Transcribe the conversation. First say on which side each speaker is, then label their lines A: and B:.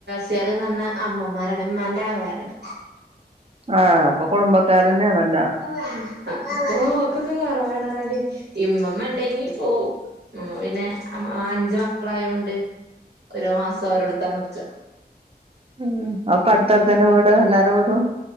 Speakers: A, on the right; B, on the right.
A: <unintelligible> ന്നെർഞ്ഞ അമ്മോമാരാണ് ഇമ്മാന്റെ ആങ്ങളാരാണ്.
B: ആഹ് അപ്പ കുടുംബക്കാരന്നെണല്ലോ.
A: <inaudible> <unintelligible> ഇമ്മമ്മണ്ടെങ്കി പോവും. മ് പിന്നെ അം അഞ്ച് മക്കളായോണ്ട് ഓരോ മാസ ഒരോട്ത്ത നിക്ക്
B: ഉം, ഒക്ക അട്ത്തട്ത്തന്നെ വീട് എല്ലാരവീടും.